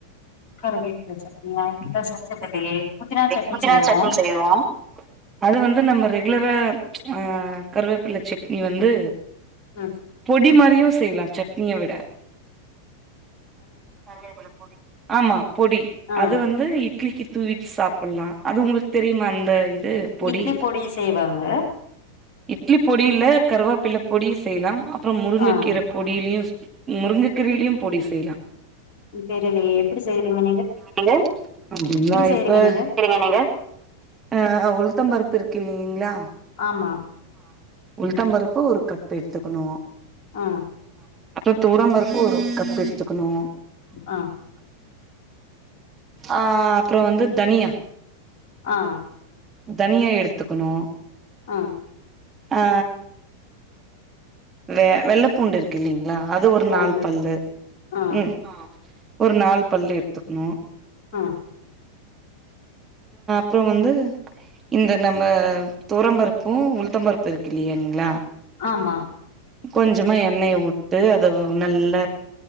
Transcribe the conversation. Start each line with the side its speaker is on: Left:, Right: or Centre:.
Left: கருவேப்பில சட்னியா என்கிட்ட செஞ்சதில்லையே புதினா சட்னி
Right: புதினா
Left: செய்வோ
Right: சட்னி செய்வோ அது வந்து நம்ம ரெகுலரா அ கருவேப்பில்ல சட்னி வந்து
Left: ம்
Right: பொடி மாரியு செய் செய்லா சட்னிய விட கருவேப்பில பொடி ஆமா பொடி
Left: ஆ
Right: அது வந்து இட்லிக்கு தூவிடு சாப்டலா அது உங்ளுக்கு தெரியுமா அந்த இது பொடி
Left: இட்லி செய்வாங்க
Right: இட்லி பொடி ல கருவேப் பில்ல பொடி செய்லா அப்புறம் முருங்கக்கீர
Left: ஆ
Right: பொடிலியு முருங்கக்கீரையிலியு பொடி செய்லா
Left: தெரிலியே எப்பிடி செய்றிங்க
Right: நீங்க அப்டிங்களா
Left: செய்றீங்க
Right: இப்ப <unintelligible>
Left: நீங்க
Right: அ உளுந் உளுத்தம் பருப்பு இருக்கு இல்லிங்ளா
Left: ஆமா
Right: உளுத்த பருப்பு ஒரு கப் எடுத்துக்குணு
Left: ஆ
Right: அப்றம் துவரம் பருப்பு ஒரு கப் எடுத்துக்கணு
Left: ஆ
Right: அ அப்றம் வந்து தனியா
Left: அ
Right: தனியா எடுத்துக்குணு
Left: ஆ
Right: அ வெ வெள்ள பூண்டு இருக்கு இல்லிங்களா அது ஒரு
Left: பூண்டு
Right: நால் பல்லு
Left: ஆ
Right: ம் ஒரு நாலு பல்லு எடுத்துக்குணு
Left: ஆ
Right: அப்றம் வந்து இந்த நம்ம துரம்பருப்பும் உளுதம்பருப்பு இருக்குல்லியா
Left: ஆமா
Right: கொஞ்சமா எண்ணெய வுட்டு அத வந் நல்ல